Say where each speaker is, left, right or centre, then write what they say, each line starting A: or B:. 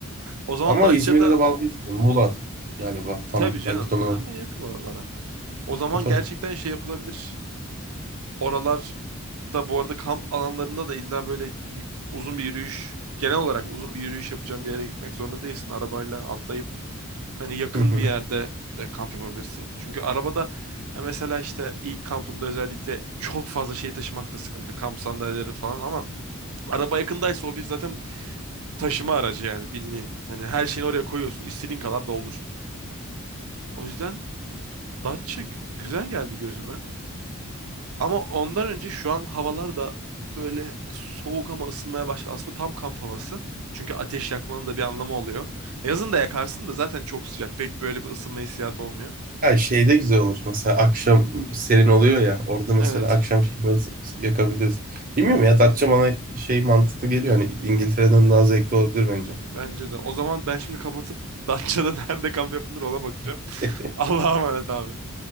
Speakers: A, on the right; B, on the right.
A: O zaman
B: Ama
A: Datça'da
B: İzmir'de de bağlı değil. sanırım. Muğla galiba tam
A: tabii canım
B: belki de ondan
A: ama
B: olabilir.
A: yakın oralara. O zaman
B: E, tabii.
A: gerçekten şey yapılabilir. Oralar da bu arada kamp alanlarında da illa böyle y- uzun bir yürüyüş, genel olarak uzun bir yürüyüş yapacağım bir yere gitmek zorunda değilsin. Arabayla atlayıp hani yakın
B: Hı hı.
A: bir yerde de kamp yapabilirsin. Çünkü arabada ha mesela işte ilk kampında özellikle çok fazla şey taşımak da sıkıntı. Kamp sandalyeleri falan ama araba yakındaysa o bir zaten taşıma aracı yani bildiğin. Hani her şeyini oraya koyuyorsun, istediğin kadar doldur. O yüzden Datça g- güzel geldi gözüme. Ama ondan önce şu an havalar da böyle soğuk ama ısınmaya başladı. Aslında tam kamp havası. Çünkü ateş yakmanın da bir anlamı oluyor. Yazın da yakarsın da zaten çok sıcak. Pek böyle bir ısınma hissiyatı olmuyor.
B: Ya şeyde güzel olur mesela akşam serin oluyor ya orada mesela
A: Evet.
B: akşam şeyini nasıl yakabiliriz. Bilmiyorum ya Datça bana şey mantıklı geliyor hani İngiltere'den daha zevkli olabilir bence.
A: Bence de. O zaman ben şimdi kapatıp Datça'da <laughs> nerede kamp yapılır ona bakacağım.
B: <laughs>
A: <laughs> Allah'a emanet abi.